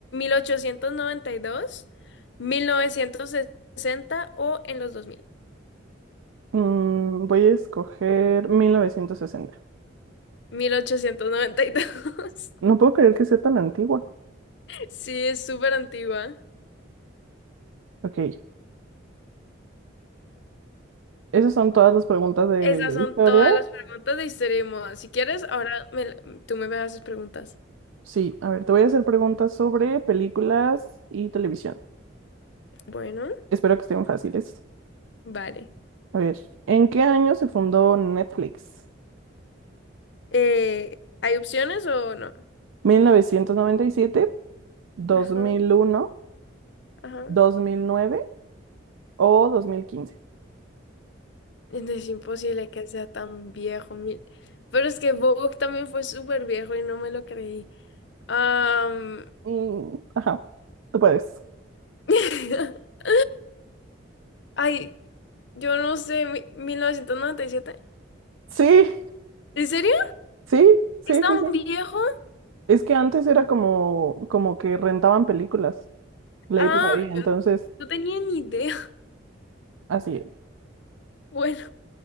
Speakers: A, on the left; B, on the right.
A: ochocientos noventa y dos, mil novecientos sesenta o en los dos mil.
B: Mm, voy a escoger 1960.
A: Mil ochocientos noventa y dos. <laughs>
B: No puedo creer que sea tan antigua.
A: Sí, es súper antigua.
B: Ok, esas son todas las preguntas de
A: Esas son
B: historia.
A: todas las preguntas de historia y moda. Si quieres, ahora me la- tú me haces preguntas.
B: Sí, a ver, te voy a hacer preguntas sobre películas y televisión.
A: Bueno,
B: Espero que estén fáciles.
A: vale.
B: A ver, ¿en qué año se fundó Netflix?
A: Eh, ¿hay opciones o no?
B: Mil mil novecientos noventa y siete, dos
A: Ajá,
B: mil uno,
A: ajá.
B: dos mil nueve. O 2015.
A: Es imposible que sea tan viejo. mi- Pero es que Vogue también fue súper viejo y no me lo creí. Am,
B: Mm, ajá, tú puedes.
A: <laughs> Ay, yo no sé, mi- mil novecientos noventa y siete
B: Sí,
A: ¿En serio?
B: sí, sí,
A: ¿Es tan
B: sí, sí.
A: viejo?
B: Es que antes era como, como que rentaban películas. Leí
A: Ah,
B: por ahí, entonces,
A: yo no tenía ni idea. <laughs>
B: así es.
A: Bueno,